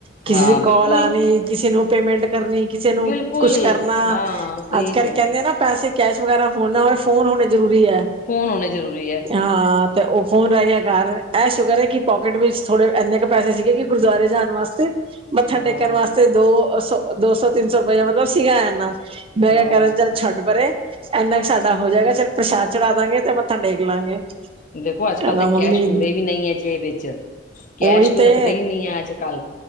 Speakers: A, on the right (about 30°); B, on the left (about 45°).
A: ਕਿਸੇ
B: ਹਾਂ
A: ਦੀ ਕਾੱਲ
B: ਬਿਲਕੁਲ
A: ਆਣੀ, ਕਿਸੇ ਨੂੰ ਪੇਮੈਂਟ ਕਰਨੀ, ਕਿਸੇ ਨੂੰ
B: ਬਿਲਕੁਲ
A: ਕੁਛ ਕਰਨਾ।
B: ਹਾਂ ਸਹੀ
A: ਅੱਜ ਕੱਲ੍ਹ
B: ਚ
A: ਕਹਿੰਦੇ ਨਾ ਪੈਸੇ ਕੈਸ਼ ਵਗੈਰਾ ਹੋ ਨਾ ਹੋਵੇ, ਫੋਨ ਹੋਣੇ ਜ਼ਰੂਰੀ ਹੈ
B: ਫੋਨ ਹੋਣੇ ਜ਼ਰੂਰੀ ਹੈ
A: ਹਾਂ। ਤੇ ਉਹ, ਫੋਨ ਰਹਿ ਗਿਆ ਘਰ, ਇਹ ਸ਼ੁਕਰ ਹੈ, ਕਿ ਪੋਕਿਟ ਵਿੱਚ ਥੋੜੇ ਇੰਨੇ ਕੁ ਪੈਸੇ ਸੀਗੇ, ਕਿ ਗੁਰਦੁਆਰੇ ਜਾਣ ਵਾਸਤੇ, ਮੱਥਾ
B: ਹਾਂ
A: ਟੇਕਣ ਵਾਸਤੇ। ਦੋ ਸੋ, ਦੋ ਸੌ ਤਿੰਨ ਸੌ ਰੁਪਇਆ, ਮਤਲਬ ਸੀਗਾ ਇਨਾ, ਮੈਂ
B: ਹਾਂ
A: ਕਿਹਾ ਕਰਨ ਚ ਛੱਡ ਪਰੇ, ਇੰਨਾ ਕੁ ਸਾਡਾ ਹੋ ਜਾਏਗਾ, ਚਲ ਪ੍ਰਸ਼ਾਦ ਚੜਾ ਦਾਂਗੇ, ਤੇ ਮੱਥਾ ਟੇਕ ਲਾਂਗੇ।
B: ਦੇਖੋ
A: ਕਹਿੰਦਾ
B: ਅੱਜ ਕੱਲ੍ਹ ਦੇ ਕੈਸ਼
A: ਮੰਮੀ
B: ਹੁੰਦੇ ਵੀ ਨਹੀਂ ਹੈ, ਜੇਬ ਵਿੱਚ, ਕੈਸ਼
A: ਉਹੀ
B: ਕੋਈ
A: ਤੇ
B: ਰੱਖਦੇ ਹੀ, ਨਹੀਂ ਹੈ। ਅੱਜ ਕੱਲ੍ਹ,